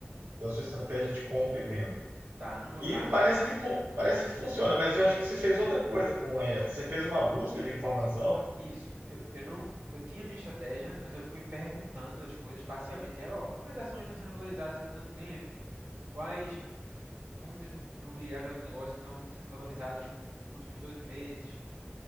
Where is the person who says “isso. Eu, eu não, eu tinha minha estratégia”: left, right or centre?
Right